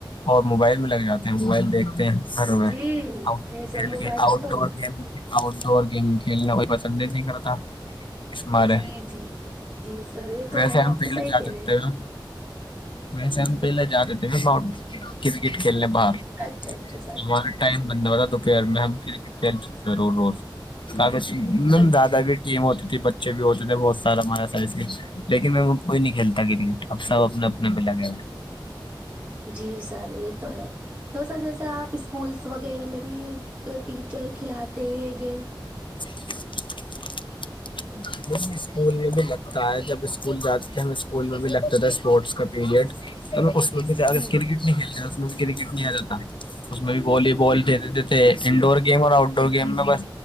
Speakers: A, on the left (about 70°); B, on the right (about 15°).
A: اور موبائل میں لگ جاتے ہیں موبائل دیکھ گھر میں
B: جی
A: آ
B: جی سر
A: کھیل
B: موبائل
A: کے
B: کا
A: آؤٹ
B: تو
A: door game outdoor game کھیلنا کوئی پسند ہی نہیں کرتا اسار
B: جی جی جی سر یہ تو
A: ویسے
B: ہے آپ
A: ہم پہلے
B: تو صحیح
A: جا
B: کہہ
A: سکتے
B: رہے
A: ہیں ویسے ہم پہلے جا رہے تھے ب کرکٹ کھیلنے باہر
B: ہیں اچھا اچھا سر
A: ہمارے ٹائم بند ہوتا تو پہار میں ہم کرکٹ کھیل چکتے تھے ر روزفی
B: اچھا
A: دادا بھی یم ہوتی تھی بچے بھی ہوتے تھے بہت سارا ہمارا سائز کے لیکن میں وہ کوئی نہیں کھیلتا کرکٹ اب سب اپنے اپنے پہ لگے ہیں
B: جی سر یہ تو ہے تو سر جیسے آپ اسکولس وغیرہ میں بھی ٹیچر کھلاتے ہیں یہ گیم
A: <unintelligible> ج اسکول میں بھی لگتا ہے جب اسکول جاتے تھے ہمیں اسکول میں بھی لگتا تھا اسپورٹس کا پیریڈ اس بھی کرکٹ
B: جی
A: نہیں کھیلتے ہیں اس میں ککٹ نہیں آ جاتا اس میں بھی والی بال د دیتے تھے انڈور گیم اور آؤٹ ڈور گیم میں بس